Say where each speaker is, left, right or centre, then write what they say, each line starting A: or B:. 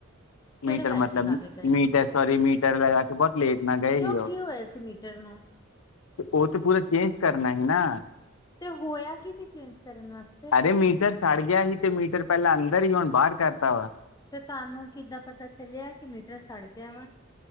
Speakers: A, on the left; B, on the left.
A: ਕਿਹੜੇ
B: ਮੀਟਰ
A: ਲਾਈਟ
B: ਮਤਲਬ,
A: ਲਗਾ ਕੇ ਗਏ
B: ਮੀਟਰ
A: ਸੀ
B: ਸੋਰੀ ਮੀਟਰ ਲਗਾ ਕੇ ਬੋਤ ਲੇਟ ਨਾ ਗਏ
A: ਕਿਉਂ
B: ਈ ਓ।
A: ਕੀ ਹੋਇਆ ਸੀ ਮੀਟਰ ਨੂੰ
B: ਓ ਤੇ ਪੂਰਾ ਚੇਂਜ ਕਰਨਾ ਹੀ ਨਾ।
A: ਤੇ ਹੋਇਆ ਕੀ ਸੀ ਚੇਂਜ ਕਰਨ ਵਾਸ
B: ਅਰੇ ਮੀਟਰ ਸੜ ਗਿਆ ਸੀ ਤੇ ਮੀਟਰ ਪੈਲਾਂ ਅੰਦਰ ਈ ਹੁਣ ਬਾਰ ਕਰਤਾ ਵਾ
A: ਤੇ ਤੁਹਾਨੂੰ ਕਿੱਦਾਂ ਪਤਾ ਚੱਲਿਆ ਕਿ ਮੀਟਰ ਸੜ ਗਿਆ ਵਾ